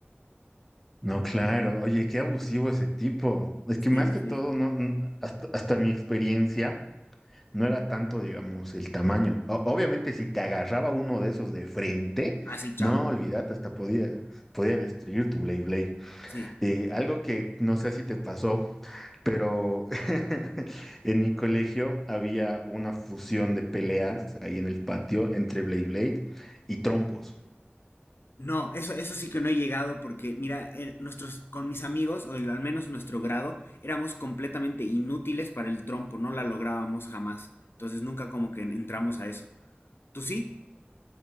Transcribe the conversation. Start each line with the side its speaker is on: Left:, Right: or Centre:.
Centre: No, claro, oye, qué abusivo ese tipo. Es que
Left: Sí,
Centre: más que
Left: sí.
Centre: todo, no, n- hasta, hasta mi experiencia, no era tanto, digamos, el tamaño. O- obviamente, si te agarraba uno de esos de frente,
Left: Así, chao.
Centre: no, olvídate, hasta podía, podía destruir tu Blade Blade.
Left: Sí.
Centre: Eh, algo que no sé si te pasó, pero <laughs> en mi colegio había una fusión de peleas ahí en el patio entre Blade Blade y trompos.
Left: No, eso, eso sí que no he llegado porque, mira, er- nuestros, con mis amigos, o el- al menos nuestro grado, éramos completamente inútiles para el trompo, no la lográbamos jamás. Entonces nunca como que entramos a eso. ¿Tú sí?